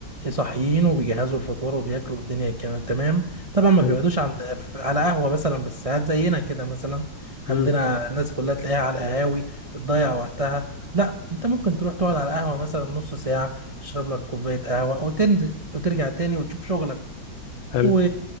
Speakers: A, on the right; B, on the left.
A: صاحيين وبيجهزوا الفطار وبياكلوا الدنيا كمان تمام طبعا ما
B: حلو
A: بيقعدوش عند على قهوة مثلا بالساعات زينا كده مثلا
B: مم.
A: عندنا الناس كلها تلاقيها على القهاوي بتضيع وقتها لا انت ممكن تروح تقعد على القهوة مثلا نص ساعة تشرب لك كوباية قهوة وتنزل وترجع تاني وتشوف شغلك
B: حلو
A: و...